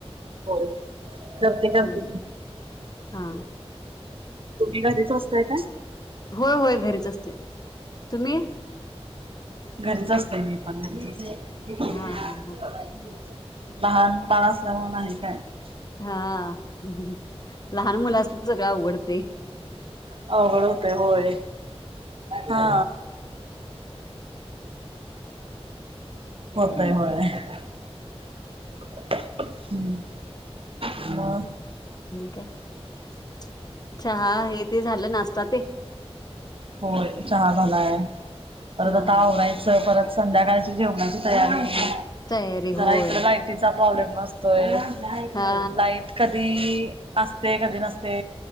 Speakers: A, on the right; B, on the left.
A: होय करते करते
B: ह
A: की
B: हा,
A: तुम्ही घरीच असताय काय?
B: होय, होय घरीच असते. तुम्ही?
A: घरीच असतय मी. <unintelligible>
B: हा हा हा
A: <unintelligible>
B: हा. <unintelligible> <unintelligible> ते?
A: अवघड होतय होय हा होतय होय. <unintelligible> म
B: <unintelligible> चहा हे ते झालं नाश्ता ते
A: हो, चहा झालाय - परत
B: हा
A: आता आवरायचंय... परत संध्याकाळची जेवणाची - <inaudible>
B: तयारी
A: जरा
B: होय
A: इकडं, लायटीचा प्रॉब्लेम - मस्त आहे.
B: हा
A: लाईट कधी असते कधी नसते.